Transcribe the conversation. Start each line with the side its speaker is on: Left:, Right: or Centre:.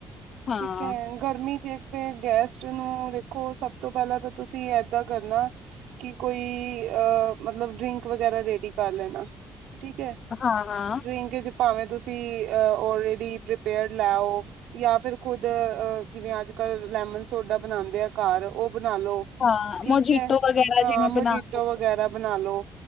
Left: ਹਾਂ
Right: ਠੀਕ ਹੈ ਗਰਮੀ ਚੇ ਤੇ ਗੈਸਟ ਨੂੰ ਦੇਖੋ ਸਭ ਤੋਂ ਪਹਿਲਾਂ ਤਾਂ ਤੁਸੀਂ ਏਦਾਂ ਕਰਨਾ ਕਿ ਕੋਈ ਅ ਮਤਲਬ ਡਰਿੰਕ ਵਗੈਰਾ ਰੇਡੀ ਕਰ ਲੈਣਾ, ਠੀਕ ਹੈ।
Left: ਹਾਂ ਹਾਂ
Right: ਡਰਿੰਕ ਚ ਭਾਵੇਂ ਤੁਸੀਂ ਔਲਰੈਡੀ ਪ੍ਰੀਪੇਅਰਡ ਲੈਓ, ਜਾਂ ਫਿਰ ਖੁਦ ਅ ਜਿਵੇਂ ਅੱਜ ਕਲ ਲੈਮਨ ਸੋਡਾ ਬਣਾਉਂਦੇ ਆ ਘਰ, ਉਹ ਬਣਾ ਲੋ।
Left: ਹਾਂ
Right: ਠੀਕ
Left: ਮੋਜੀਟੋ
Right: ਹੈ
Left: ਵਗੈਰਾ
Right: ਹਾਂ
Left: ਜਿਵੇਂ ਬਣਾ
Right: ਮਜੀਟੋ
Left: ਸਕ
Right: ਵਗੈਰਾ ਬਣਾ ਲੋ।